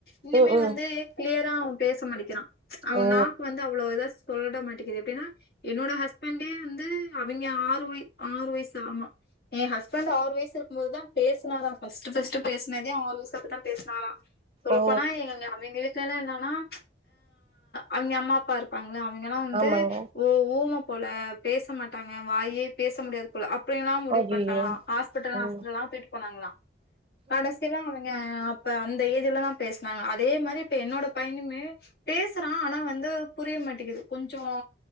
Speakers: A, on the left; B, on the right.
A: இனிமே
B: ம் ம்
A: வந்து கிளியரா அவ பேச மாட்டிக்கிறா அவ
B: ஓ
A: நாக்கு வந்து அவ்ளோ இதா சொலட மாட்டிக்கிது எப்டினா என்னோட ஹஸ்பண்டே வந்து அவங்கே ஆறு வய ஆறு வயசு ஆமா எ ஹஸ்பண்ட் ஆறு வயசு இருக்கு போதுதா பேசுனாரா பர்ஸ்ட் பர்ஸ்ட் பேசினதே ஆறு வயசு அப்றோ தா பேசுனாரா சொல்ல
B: ஓ
A: போனா எங்க அவிங்களே <unintelligible> என்னனா ச் அவிங்க அம்மா அப்பா இருக் பாங்கள அவங்கலா வந்து
B: ஆமாங்க
A: ஓ ஊம போல பேச மாட்டாங்க வாயே பேச முடியாது அப்டிலா முடிவு
B: அய்யய்யோ
A: பண்டாங்களா ஹாஸ்பிடல்
B: ம்
A: ஹாஸ்பிடலா தூக்கிட்டு போணாங்களா கடசில அவங்க அப்ப அந்த ஏஜிலதா பேசினாங்களா அதே மாரி இப்ப என்னோட பைய்னுமே பேசுறா ஆனா வந்து புரிய மாட்டிகுது கொஞ்சோ